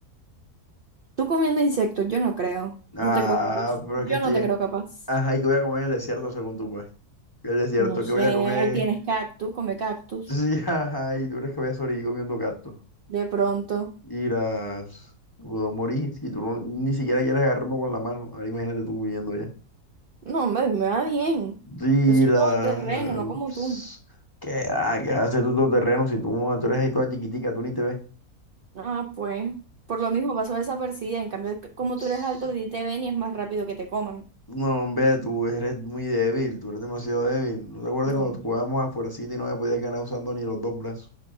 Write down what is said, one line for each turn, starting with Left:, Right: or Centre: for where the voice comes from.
Right: Tú comiendo insectos, yo no creo. No
Left: Ah,
Right: te creo capaz.
Left: pero
Right: Yo
Left: es que estoy...
Right: no te creo capaz.
Left: Ajá, ¿y qué voy a comer en el desierto según tú, pues? El desierto,
Right: No sé,
Left: ¿qué voy a
Right: ahí
Left: comer?
Right: tienes
Left: <laughs>
Right: cactus, come cactus,
Left: Sí, ajá, ¿y tú crees que voy a sobrevivir comiendo gatos?
Right: de pronto.
Left: Irás, puedo morir si tú no- ni siquiera quieres agarrarme con la mano. Ahora imagínate tú viviendo allá.
Right: No, hombre, me va bien.
Left: Mira,
Right: Yo soy todo terreno, no como
Left: ps,
Right: tú.
Left: ¿qué, ah, ¿Qué hace tú todo terreno si tú, tú eres ahí toda chiquitica, tú ni te ves?
Right: Ah, pues. Por lo mismo pasó desapercibida. En cambio, c- como
Left: Ps,
Right: tú eres alto, a ti te ven y es más rápido que te coman.
Left: No, hombre, tú eres muy débil, tú eres demasiado débil. ¿No te acuerdas
Right: No.
Left: cuando
Right: hombre.
Left: jugábamos a fuercita y no me podías ganar usando ni los dos brazos?